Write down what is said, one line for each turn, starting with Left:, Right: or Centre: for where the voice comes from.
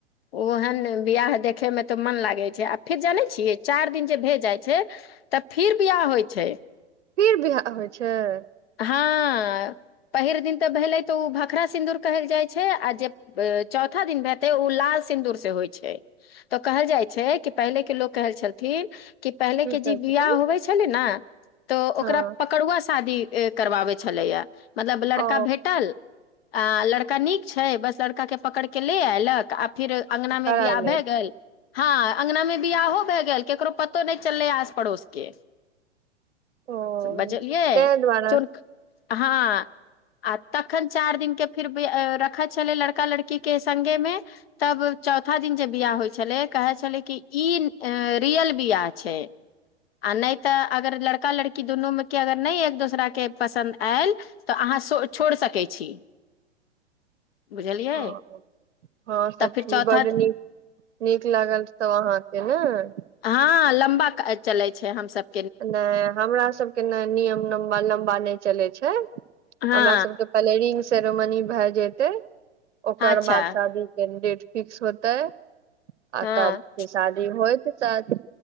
Left: ओहन बियाह देखे मे तऽ मन लागे छैक आ फिर जाने छी चार दिन जे भेजाइत छै तऽ फिर बियाह होइत छैक
Right: फिर बियाह होइत छैक
Left: हँ पहिल दिन तऽ भेलै तऽ ओ भखरा सिन्दूर कहल जाइत छैक आ जे चौथा दिन हेतै ओ लाल सिन्दूर से होइत छैक तऽ कहल जाइ छैक कि पहिलेके लोक कहय छलथिन कि पहिले
Right: की
Left: केँ
Right: कहै
Left: जे
Right: छथिन
Left: बिआह होबे छलै ने तऽ ओकरा
Right: हँ
Left: पकड़ुआ शादी करवाबै छलैया मतलब लड़का
Right: ओ
Left: भेटल आ लड़का नीक छैक बस लड़का केँ पकड़ के ले एयलक आब फिर अङंगना
Right: कराय
Left: मे बियाह
Right: लेब
Left: भय गेल हँ अँगना मे बियाहो भए गेल केकरो पतो नहि चललै आस पड़ोस केँ
Right: ओ
Left: बजलियै
Right: ताहि दुआरे
Left: चोड़क हँ आ तखन चारि दिनक केँ फिर रखैत छलै लड़का लड़की केँ संगे मे तब चौथा दिन जे बियाह होइ छलैक कहय छलैक कि ई रियल बियाह छैक आ नहि तऽ अगर लड़का लड़की दुनूमेकेँ अगर नहि एक दोसराकेँ पसन्द आयल तऽ अहाँ छोड़ि सकैत छी बुझलियै
Right: ह हँ
Left: तऽ
Right: सखी
Left: फिर चौथा
Right: बड नीक नीक लागल सब अहाँके ने <unintelligible>
Left: हँ लम्बा चलय छैक हमसभ
Right: नहि हमरा सबकेँ ने नियम लम्बा नहि चलैत छैक छै
Left: हँ
Right: हमरा सबके पहले रिंग सेरोमनी भए जेतै ओकर
Left: अच्छा
Right: बाद शादी के डेट फिक्स होतय आ
Left: हँ
Right: तब शादी होइत साथ